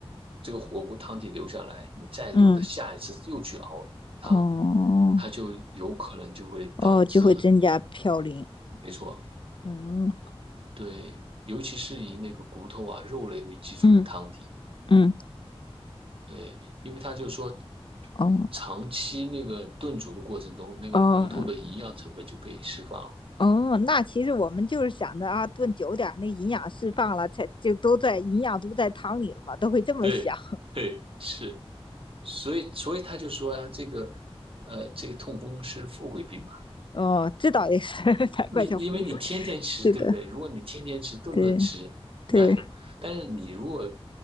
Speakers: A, on the right; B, on the left.
A: 这个火锅汤底留下来，你再留的下一次又去熬汤，
B: 嗯，哦，
A: 它就有可能就会导致，
B: 哦，就会增加嘌呤。
A: 没错，
B: 嗯
A: 对，尤其是以那个骨头啊、肉类为基础的汤底。
B: 嗯嗯，
A: 对，因为他就说，
B: 哦
A: 长期那个炖煮的过程中，那个骨头的营养成分就被释放了。
B: 哦哦，那其实我们就是想着啊，炖久点儿那营养释放了，才就都在营养都在汤里了嘛，都会这么想。
A: 对，嘿，是，所以所以他就说呀、这个，呃，这个痛风是富贵病，嘛。
B: 哦，这倒也是，<laughs> 难怪叫糊糊。
A: 你因为你天天吃，
B: 是的，
A: 对不对？如果你天天吃，顿顿吃，
B: 对
A: 那就，
B: 对。
A: 但是你如果